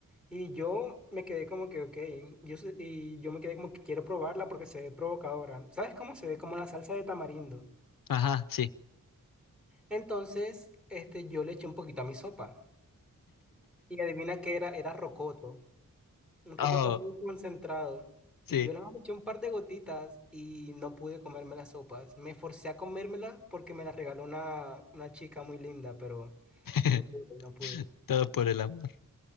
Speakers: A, in the centre; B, on the left.
A: y yo me quedé como que, ok, yo, sé- y yo me quedé como que quiero probarla porque se ve provocadora. ¿Sabes cómo se ve? Como la salsa de tamarindo.
B: Ajá, sí.
A: Entonces, este, yo le eché un poquito a mi sopa y adivina qué era, era rocoto. Un rocotón
B: Oh,
A: muy concentrado.
B: sí.
A: Y yo nada más le eché un par de gotitas y no pude comerme las sopas. Me forcé a comérmelas porque me las regaló una, una chica muy linda, pero
B: <laughs>
A: no pude, no pude.
B: Todo por el amor.